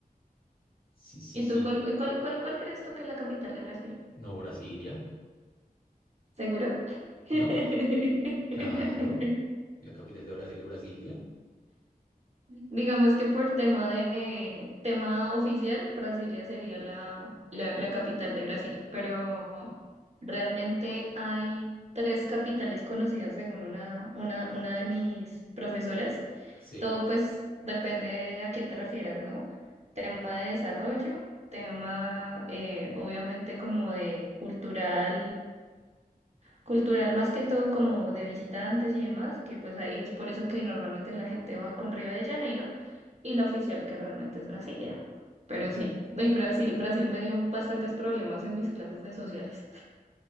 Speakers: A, on the left; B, on the right.
A: Sí, sí,
B: ¿Y
A: sí.
B: tú cuál, eh, cuál, cuál, cuál crees tú que es la capital de Brasil?
A: No, Brasilia.
B: ¿Seguro? <laughs>
A: No, claro. La capital de Brasil es Brasilia.
B: Digamos que por tema de tema oficial, Brasilia sería la, la, la capital de Brasil, pero realmente hay tres capitales conocidas según una, una, una de mis profesoras.
A: Sí,
B: Todo pues depende de a qué te refieras, ¿no? Tema de desarrollo, tema eh, obviamente como de cultural, cultural más que todo como de visitantes y demás, que pues ahí es por eso que normalmente la gente va con Río de Janeiro y la oficial que realmente es Brasilia. Pero
A: la
B: sí, y Brasil, Brasil me dio bastantes problemas en mis clases de sociales.